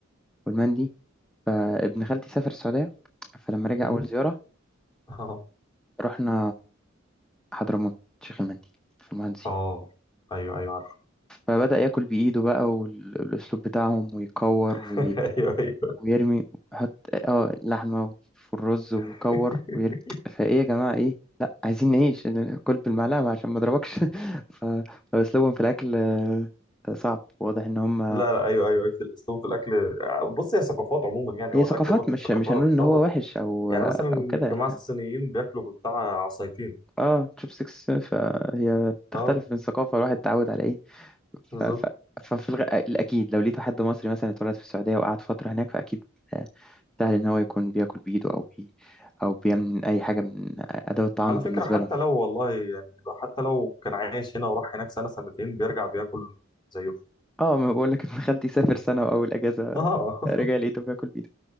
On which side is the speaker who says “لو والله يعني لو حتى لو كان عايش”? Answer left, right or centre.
Left